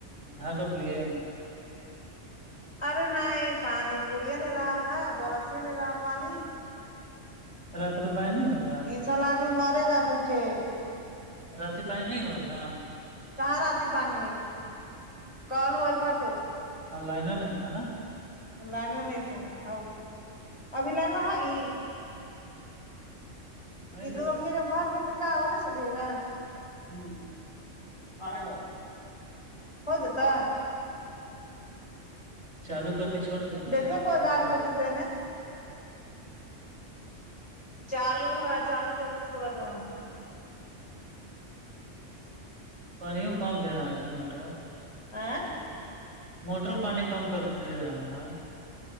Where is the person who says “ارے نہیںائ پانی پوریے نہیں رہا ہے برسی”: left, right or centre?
Left